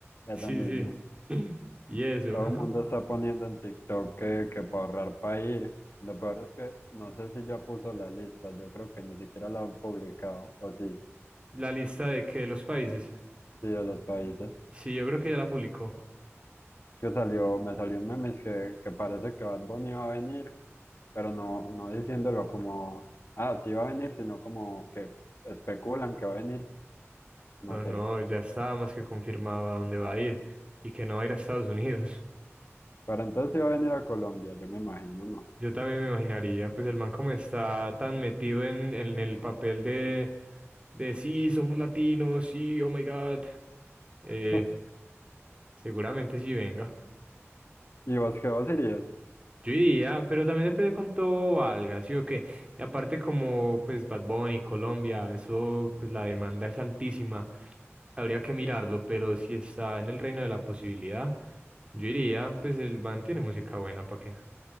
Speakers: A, on the left; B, on the right.
A: eso
B: Sí,
A: mismo.
B: sí. <laughs> Y eso.
A: Todo
B: <laughs>
A: el mundo está poniendo en TikTok que, que para ahorrar para ir. Lo peor es que no sé si ya puso la lista, yo creo que ni siquiera la han publicado, o sí,
B: La lista de que los países.
A: sí, de los países.
B: Sí, yo creo que ya la publicó.
A: Es que salió, me salió un meme es que, que parece que Bad Bunny va a venir, pero no, no diciéndolo como, ah, sí va a venir, sino como que especulan que va a venir, no
B: No, no,
A: sé.
B: ya estaba más que confirmado a dónde va a ir y que no va a ir a Estados Unidos.
A: Pero entonces iba a venir a Colombia, yo me imagino, ¿no?
B: Yo también me imaginaría, pues el man como está tan metido en, en el papel de, de sí, somos latinos, sí, oh my God. Eh,
A: <laughs>
B: seguramente sí venga.
A: ¿Y vos qué vos irías?
B: Yo iría, pero también depende de cuánto valga, ¿sí o qué? Y aparte como pues Bad Bunny, Colombia, eso, pues la demanda es altísima. Habría que mirarlo, pero si está en el reino de la posibilidad, yo iría, pues el man tiene música buena, ¿para qué?